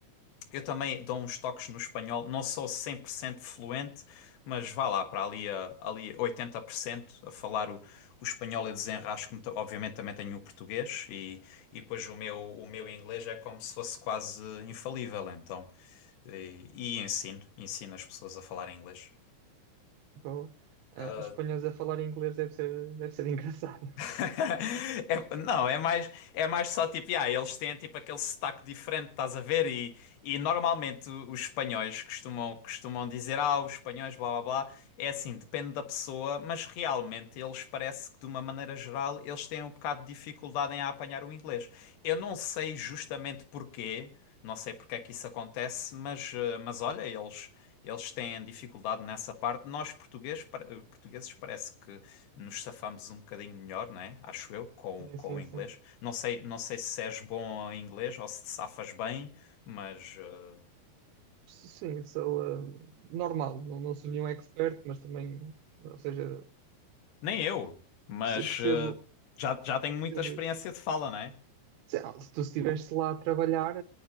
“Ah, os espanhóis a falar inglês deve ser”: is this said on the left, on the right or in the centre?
Right